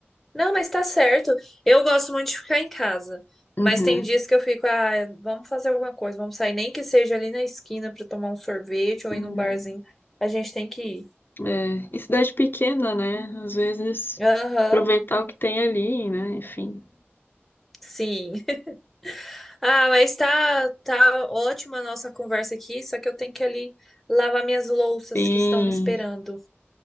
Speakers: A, in the centre; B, on the left.
A: Não, mas tá certo. Eu gosto muito de ficar em casa. Mas
B: Uhum,
A: tem dias que eu fico, ah, vamos fazer alguma coisa, vamos sair, nem que seja ali na esquina pra tomar um sorvete ou
B: uhum.
A: ir num barzinho. A gente tem que ir.
B: É, e cidade pequena, né? Às vezes
A: Aham.
B: aproveitar o que tem ali, né? Enfim.
A: Sim. <laughs> Ah, mas tá, tá ótima a nossa conversa aqui, só que eu tenho que ali lavar minhas louças
B: Sim.
A: que estão me esperando.